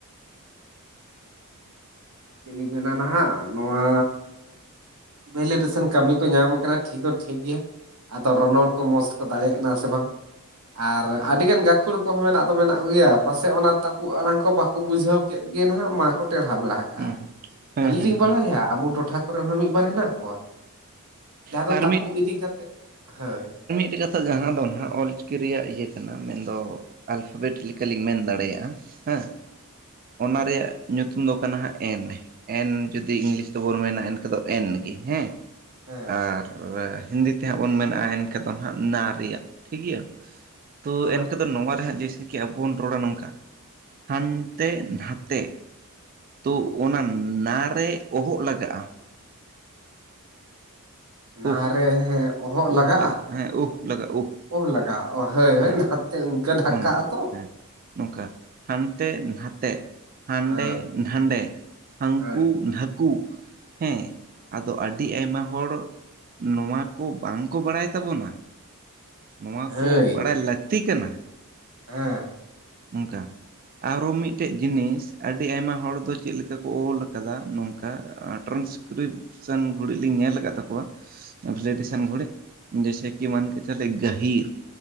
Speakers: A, on the right (about 75°); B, on the right (about 40°).
A: ᱪᱮᱜ ᱞᱤᱧ ᱢᱮᱱᱟ ᱱᱟᱦᱟᱜ ᱱᱚᱣᱟ ᱵᱷᱮᱞᱤᱰᱮᱥᱮᱱ ᱠᱟᱹᱢᱤ ᱠᱚ ᱧᱟᱢ ᱠᱟᱱᱟ ᱴᱷᱤᱠ ᱫᱚ ᱴᱷᱤᱠ ᱜᱮᱭᱟ᱾ ᱟᱫᱚ ᱨᱚᱱᱚᱲ ᱠᱚ ᱢᱚᱥᱛᱮᱠᱚ ᱫᱟᱲᱮᱭᱟᱜ ᱠᱟᱱᱟ ᱥᱮ ᱵᱟᱝ? ᱟᱨ ᱟᱹᱰᱤᱜᱟᱱ ᱜᱟᱹᱠᱷᱩᱲ ᱠᱚᱦᱚᱸ ᱢᱮᱱᱟᱜ ᱫᱚ ᱢᱮᱱᱟᱜ ᱠᱚᱜᱮᱭᱟ ᱯᱟᱥᱮᱜ ᱚᱱᱟ ᱛᱟᱹᱯᱩᱜ ᱟᱲᱟᱝ ᱠᱚ ᱵᱟᱠᱚ ᱵᱩᱡᱷᱟᱹᱣ᱾ ᱠᱮᱫ ᱜᱮ ᱱᱟᱦᱟᱜ ᱢᱟᱠᱚ ᱠᱚ ᱴᱮᱲᱦᱟ ᱵᱮᱲᱦᱟ ᱠᱟᱜᱼᱟ
B: ᱦᱩᱸ ᱦᱮᱸ
A: ᱟᱹᱞᱤᱧ
B: ᱦᱮᱸ
A: ᱞᱤᱧ
B: ᱦᱮᱸ
A: ᱵᱟᱲᱟᱭᱟ ᱟᱵᱚ ᱴᱚᱴᱷᱟ ᱠᱚᱨᱮ ᱦᱚᱸ ᱢᱤᱜᱵᱟᱨ ᱦᱮᱱᱟᱜ ᱠᱚᱣᱟ᱾ ᱡᱟᱦᱟᱸ
B: ᱟᱨ
A: ᱫᱚ ᱛᱟᱹᱯᱩᱜ ᱤᱫᱤ ᱠᱟᱛᱮᱜ ᱦᱟᱹᱭ᱾
B: ᱴᱮᱜ ᱠᱟᱛᱷᱟ ᱡᱟᱦᱟᱸ ᱫᱚ ᱱᱟᱦᱟᱜ ᱚᱞᱪᱤᱠᱤ ᱨᱮᱭᱟᱜ ᱤᱭᱟᱹ ᱠᱟᱱᱟ ᱢᱮᱱᱫᱚ ᱟᱞᱯᱷᱟᱵᱮᱴ ᱞᱮᱠᱟᱞᱤᱧ ᱢᱮᱱ ᱫᱟᱲᱮᱭᱟᱜᱼᱟ ᱦᱮᱸ ᱚᱱᱟ ᱨᱮᱭᱟᱜ ᱧᱩᱛᱩᱢ ᱫᱚ ᱠᱟᱱᱟ ᱦᱟᱸᱜ ᱮᱱ ᱮᱱ ᱡᱩᱫᱤ ᱤᱝᱞᱤᱥ ᱛᱮᱵᱚᱱ ᱢᱮᱱᱟ ᱮᱱᱠᱷᱟᱱ ᱫᱚ ᱮᱱ ᱜᱤ ᱦᱮᱸ᱾
A: ᱦᱮᱸ
B: ᱟᱨ ᱦᱤᱱᱫᱤ ᱛᱮᱦᱟᱸᱜ ᱵᱚᱱ ᱢᱮᱱᱟ ᱮᱱᱠᱷᱟᱱ ᱫᱚ ᱦᱟᱸᱜ ᱱᱟ ᱨᱮᱭᱟᱜ ᱴᱷᱤᱠ ᱜᱮᱭᱟ᱾ ᱛᱚ
A: ᱦᱳᱭ
B: ᱮᱱᱠᱟ ᱫᱚ ᱱᱚᱣᱟ ᱨᱮ ᱦᱟᱸᱜ ᱡᱮᱥᱮ ᱠᱮ ᱟᱵᱚ ᱵᱚᱱ ᱨᱚᱲᱟ ᱱᱚᱝᱠᱟ ᱦᱟᱱᱛᱮ ᱱᱟᱛᱮ ᱛᱚ
A: ᱦᱩᱸ
B: ᱚᱱᱟ ᱱᱟ ᱨᱮ ᱚᱦᱚᱜ ᱞᱟᱜᱟᱜᱼᱟ᱾
A: ᱱᱟᱨᱮ
B: ᱩᱦ
A: ᱚᱦᱚᱜ ᱞᱟᱜᱟᱜᱼᱟ?
B: ᱩᱦ ᱦᱮᱸ ᱩᱦ ᱞᱟᱜᱟᱜᱼᱟ ᱩᱦ
A: ᱚ ᱞᱟᱜᱟᱜ ᱦᱟᱹᱭ ᱦᱟᱹᱭ
B: ᱦᱮᱸ
A: ᱱᱟᱛᱮ ᱤᱝᱠᱟᱹ ᱰᱷᱟᱠᱟ
B: ᱚᱱᱟ
A: ᱟᱛᱚ᱾
B: ᱦᱮᱸ ᱱᱚᱝᱠᱟ ᱦᱟᱱᱛᱮ ᱱᱟᱛᱮ᱾ ᱦᱟᱸᱰᱮ
A: ᱦᱮᱸ
B: ᱱᱟᱸᱰᱮ ᱦᱟᱝᱠᱩ
A: ᱦᱳᱭ
B: ᱱᱷᱟᱠᱩ᱾ ᱦᱮᱸ ᱟᱫᱚ ᱟᱹᱰᱤ ᱟᱭᱢᱟ ᱦᱚᱲ ᱱᱚᱣᱟ ᱠᱚ ᱵᱟᱝ ᱠᱚ ᱵᱟᱲᱟᱭ ᱛᱟᱵᱚᱱᱟ᱾ ᱱᱚᱣᱟ
A: ᱦᱳᱭ
B: ᱠᱚ ᱵᱟᱲᱟᱭ ᱞᱟᱹᱠᱛᱤ ᱠᱟᱱᱟ᱾
A: ᱦᱮᱸ
B: ᱚᱝᱠᱟ ᱟᱨᱚ ᱢᱤᱫᱴᱮᱱ ᱡᱤᱱᱤᱥ ᱟᱹᱰᱤ ᱟᱭᱢᱟ ᱦᱚᱲ ᱫᱚ ᱪᱮᱜ ᱞᱮᱠᱟ ᱠᱚ ᱚᱞ ᱠᱟᱫᱟ ᱱᱚᱝᱠᱟ ᱴᱨᱟᱱᱥᱠᱨᱤᱯ ᱥᱟᱱ ᱜᱷᱩᱲᱤᱜ ᱞᱤᱧ ᱧᱮᱞ ᱠᱟᱫ ᱛᱟᱠᱩᱣᱟ᱾ ᱵᱷᱤᱞᱮᱴᱤᱥᱮᱱ ᱜᱷᱩᱲᱤᱜ ᱡᱮᱥᱮ ᱠᱤ ᱢᱟᱱ ᱠᱮ ᱪᱟᱞᱮ ᱜᱟᱹᱦᱤᱨ